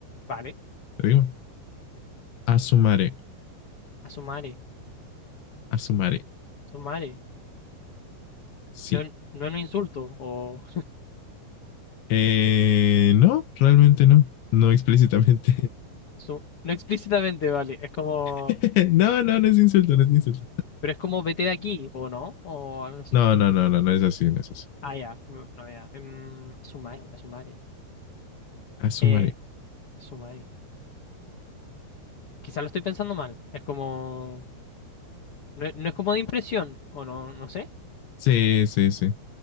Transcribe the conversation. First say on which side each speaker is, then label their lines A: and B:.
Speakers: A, on the left; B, on the left.
A: Vale,
B: Te digo, asumaré,
A: a su madre,
B: asumaré.
A: a su madre.
B: Sí.
A: No, no es un insulto, o...
B: Eh, no, realmente no. No explícitamente.
A: <laughs> su- No explícitamente, vale. Es como...
B: <laughs> No, no, no es insulto, no es insulto.
A: Pero es como vete de aquí, ¿o no? O algo así.
B: No, no, no, no, no es así, no es así.
A: Ah, ya. mm, No, ya. Em, a su madre, a su madre.
B: Ah, su
A: Eh,
B: madre.
A: a su madre. Quizá lo estoy pensando mal. Es como... No, es no es como de impresión, o no, no sé.
B: Sí, sí, sí,